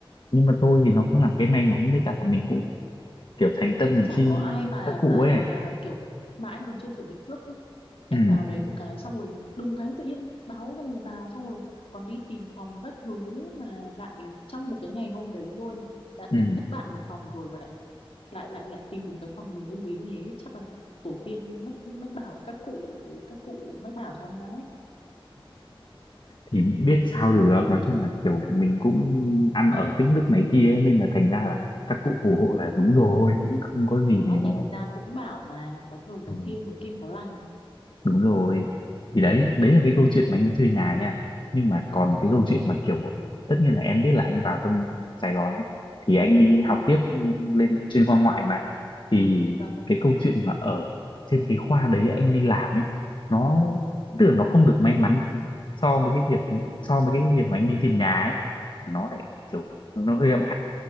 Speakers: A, on the left (about 55°); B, on the left (about 80°).
A: nhưng mà thôi thì nó cũng làm cái may mắn với cả là mình cũng kiểu thành tâm mình
B: chả
A: xin
B: có ai mà
A: các cụ
B: mà
A: ấy
B: mà kiểu mà anh còn chưa chuẩn bị trước ý. anh
A: ừ,
B: vào đấy một cái xong rồi đùng cái tự nhiên báo xong rồi vào xong rồi còn đi tìm phòng các thứ mà lại trong một cái ngày hôm đấy luôn đã
A: ừ.
B: tìm thất bại một phòng rồi mà lại lại lại lại tìm được cái phòng mình ưng ý thế chắc là tổ tiên mách mách bảo các cụ các cụ mách bảo cho anh đấy
A: thì biết sao được nói chung là kiểu mình cũng ăn ở tích đức này kia ấy, nên là thành ra là các cụ phù hộ là đúng rồi cũng không có gì
B: đó
A: để mà
B: thì người ta cũng bảo mà có thờ có
A: ừ.
B: thiêng có kiêng có lành
A: đúng rồi thì đấy đấy là cái câu chuyện mà anh đi chơi nhà nha nhưng mà còn
B: vâng
A: cái câu chuyện mà kiểu tất nhiên là em biết là anh vào trong Sài Gòn ấy thì anh đi học
B: vâng
A: tiếp lên chuyên khoa ngoại mà thì
B: vâng.
A: cái câu chuyện mà ở trên cái khoa đấy anh đi làm ấy nó
B: ừ.
A: tức là nó không được may mắn so với cái việc so với cái việc mà anh đi tìm nhà ấy nó lại kiểu nó, nó hơi âm ỉ